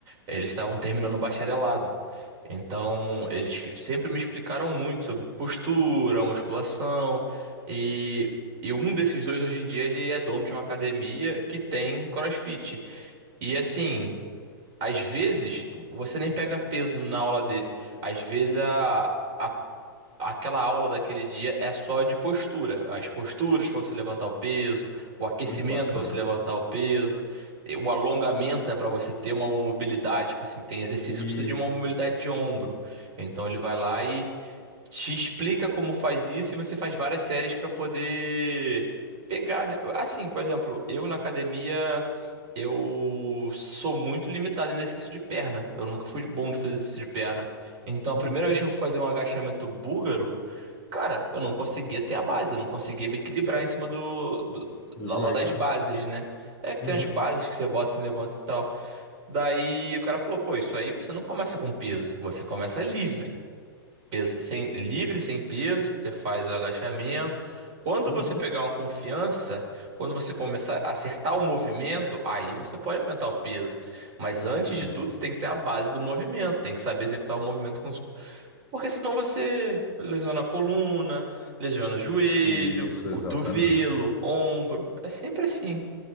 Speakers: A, on the right (about 35°); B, on the left (about 15°).
A: Eles estavam terminando o bacharelado. Então, eles sempre me explicaram muito sobre postura, musculação. E, e um desses dois, hoje em dia, ele é dono de uma academia que tem CrossFit. E, assim, às vezes, você nem pega peso na aula dele. Às vezes, a. a aquela aula daquele dia é só de postura, as posturas para você levantar o peso, o aquecimento
B: Muito bacana.
A: para você levantar o peso, e o alongamento, né, para você ter uma mobilidade, tipo assim, tem exercício
B: Isso.
A: que precisa de uma mobilidade de ombro. Então ele vai lá e te explica como faz isso e você faz várias séries para poder pegar, né? Assim, por exemplo, eu na academia eu sou muito limitado em exercício de perna. Eu nunca fui bom de fazer exercício de perna. Então a
B: Uhum.
A: primeira vez que eu fui fazer um agachamento búlgaro Cara, eu não conseguia ter a base, eu não conseguia me equilibrar em cima do, do-
B: Do
A: lá,
B: joelho,
A: lá das
B: né?
A: bases, né? É que
B: Uhum,
A: tem as bases que você bota assim, levanta e tal. Daí o cara falou, pô, isso aí você não começa com peso, você começa livre. Peso, sem, livre, sem peso, você faz o agachamento. Quando
B: uhum,
A: você pegar uma confiança, quando você começar a acertar o movimento, aí você pode aumentar o peso. Mas antes
B: hum.
A: de tudo, você tem que ter a base do movimento, tem que saber executar o movimento com". Porque senão você lesiona a coluna, lesiona joelho,
B: Isso,
A: cotovelo,
B: exatamente.
A: ombro. É sempre assim.